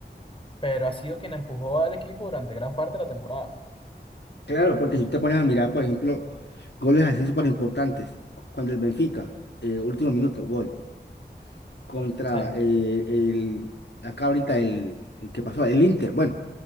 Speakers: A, on the left; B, on the left.
A: pero ha sido quien empujó al equipo durante gran parte de la temporada.
B: Claro, porque si te pones a mirar, por ejemplo, goles así súper importantes, cu- cuando el Benfica, eh, último minuto, gol, contra
A: sí
B: eh, el, acá ahorita el, el que pasó, el Inter, bueno,